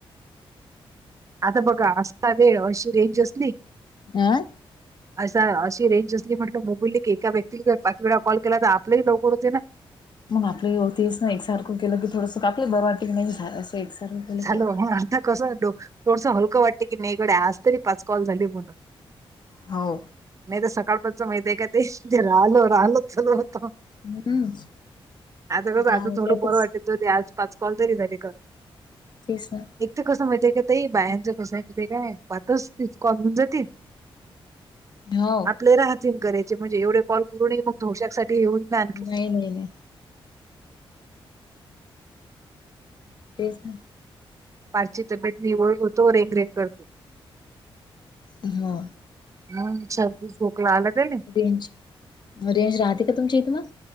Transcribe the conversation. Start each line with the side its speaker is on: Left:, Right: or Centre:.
Right: आता बघा असता वेळ अशी रेंज असली
Left: अं
Right: असा अशी रेंज असली म्हटलं मोबाईल की एका व्यक्तीला पाच वेळा कॉल केला तर आपलेही लवकर होते ना
Left: मग आपली होतीस ना एक सारखं केलं की थोडं आपलं बर वाटी नाही झा असं केलं
Right: झा
Left: की
Right: मग अर्ा कसो थोडस हलकं वाटते की नाही इकडे आज तरी पाच कॉल झाली म्हणून
Left: हो
Right: नाही तर सकाळपच माहिती आहे काय ते ते राहलो राहल चालू होत
Left: हम्म
Right: आता बघ
Left: दहा
Right: आजून
Left: वाजतातच
Right: थोडं बरं वाटेल त ते आज पाच कॉल तरी झाले का
Left: तस ना
Right: एक तर कसं माहितीय का त बाया्यांचं कसं माहितय काय पाातच तीच कॉलून जात
Left: हो
Right: आपले राहातन करायचे म्हणजे एवढं कॉल करून मग दोशाक साठी येऊन ना आणखी
Left: नाही नाही नाही तेच ना
Right: पाठची तब्येत निवळ होतो रेंग रेंग करते
Left: ह
Right: हम चू लालग
Left: रेंज रेंज राहात कथमचीत म